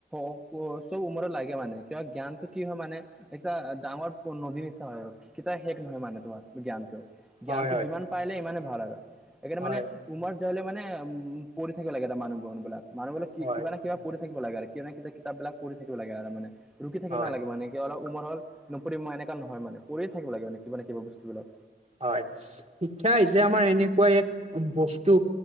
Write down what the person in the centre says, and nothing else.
<inaudible> চব উমৰত লাগে মানে কিয় জ্ঞানটো কি হয় মানে এটা ডাঙৰ পূ নদী নিচিনা হয় আৰু। কতিয়া শেষ নহয় মানে তোমাৰ জ্ঞানটো, জ্ঞানটো
যিমান পাইলে সিমানে ভাল আৰু সেইকাৰণে
মানে ৰোমত যায় লৈ মানে উম পঢ়ি থাকিব লাগে এটা মানুহবোৰ মানুহবিলাক কি
কিবা না। কিবা পঢ়ি থাকিব লাগে কে কেনে কিবা কিতাপবিলাক পঢ়ি থাকিবা লাগে মানে ৰখি থাকিব
নালাগে মানে। সি অলপ উমৰ হ'ল নপঢ়িম মই এনেকা নহয়মানে কৰি থাকিব লাগে মানে কিবা ন কিবা বস্তুবিলাক।